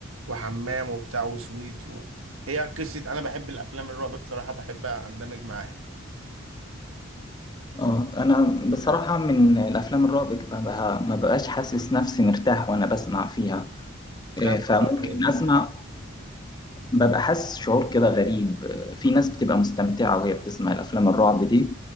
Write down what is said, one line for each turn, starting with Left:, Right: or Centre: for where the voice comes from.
Right: وحمام وبتاع وسويت و... هي قصة أنا بحب الأفلام الرعب بصراحة بحب أندمج معاها
Left: اه انا بصراحة من الافلام الرعب ببقى- ما بقاش حاسس نفسي مرتاح وانا بسمع فيها آه،
Right: بتخاف
Left: فممكن
Right: ولا إيه؟
Left: اسمع ببقى حاسس شعور كده غريب آه، في ناس بتبقى مستمتعة وهي بتسمع الافلام الرعب دي